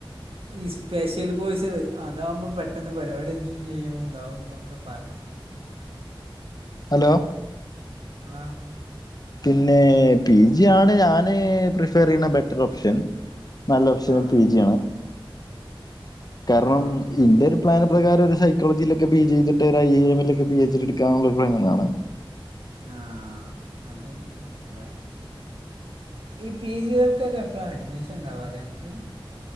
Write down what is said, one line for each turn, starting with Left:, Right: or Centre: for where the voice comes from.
Right: ഈ സ്പെഷ്യൽ കോഴ്സേൾ അതാവുമ്പോ പെട്ടെന്ന് പരിപാടിക്കകയ്യും ചെയ്യും ഇതാവുന്നൊക്കെ പറഞ്ഞു.
Left: ഹെലോ.
Right: ആഹ്.
Left: പിന്നെ പി ജി ആണ് ഞാന് പ്രിഫർ ചെയ്യുന്ന ബെറ്റർ ഓപ്ഷൻ. നല്ലോപ്ഷൻ
Right: ആ
Left: പി
Right: ആ
Left: ജി ആണ് കാരണം
Right: ആ ആ
Left: ഇന്റെ ഒരു. പ്ലാന് പ്രകാര ഒരു സൈക്കോളജിയിലൊക്കെ പി ജി ചെയ്തിട്ട് ഒരു ഐ എ എം ലൊക്കെ പി എച്ച് ടി എടുക്കാന്നുള്ളൊരു പ്ലാനാണ്.
Right: ആഹ് അതെ നടക്കുല്ലേ. ഈ പി ജികൾക്കൊക്കെ എപ്പോഴാ അഡ്മിഷൻ ഇണ്ടാവാറിയൻക്ക്.